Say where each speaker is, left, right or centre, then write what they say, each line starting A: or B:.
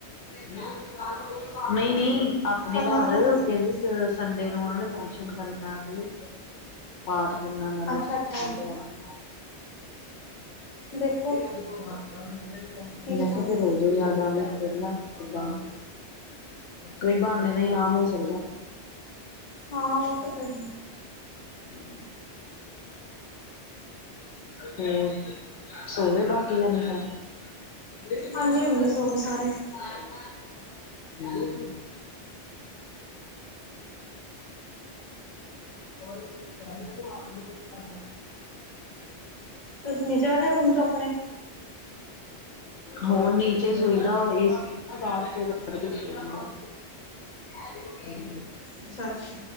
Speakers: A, on the left (about 80°); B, on the left (about 40°).
A: ਨਹੀ-ਨਹੀ, ਆਪਣੇ
B: ਕਰਨਾ
A: ਘਰ
B: ਤਾਂ
A: ਕਹਿੰਦੇ ਸੀ ਸਡ ਢੇ ਨੂੰ ਉਹਨਾਂ ਨੇ ਫੰਕਸ਼ਨ ਕਰਨਾ ਕੋਈ ਪਾਠ ਕਰਨਾ ਉਹਨਾਂ ਨੇ
B: ਅੱਛਾ
A: ਸੁਖਮਨੀ
B: ਅੱਛਾ ਉੱਧਰ
A: ਸਾਹਿਬ ਦਾ ਹੂੰ।
B: ਦੇਖੋ
A: <unintelligible>
B: ਕੀ ਚਲਾਉਂਦੇ
A: ਮੈਂ ਕਿਹਾ ਫਿਰ ਉਦੋ ਹੀ ਆ ਜਾਗੇ ਫਿਰ ਨਾ ਉਦਾ, ਕੋਈ ਬਹਾਨੇ ਨਾਲ ਆ ਹੋ ਸਕਦਾ।
B: ਹਾਂ, ਉਹ ਤਾਂ ਫੇਰ
A: ਹੂੰ। ਹੂੰ, ਸੋ ਗਏ ਬਾਕੀ ਜਨੇ ਸਾਰੇ। <unintelligible>
B: ਹਾਂਜੀ ਹਾਂਜੀ ਸੋ ਗਏ ਸਾਰੇ
A: ਹੂੰ। <unintelligible>
B: ਤੁਸੀਂ ਨਿੱਚੇ ਆਗੇ ਰੂਮ 'ਚ ਆਪਣੇ।
A: ਹੋਰ ਨੀਚੇ ਸੋਈਦਾ ਏ ਸੀ <unintelligible> <unintelligible> ਹੂੰ।
B: ਅੱਛਾ-ਅੱਛਾ,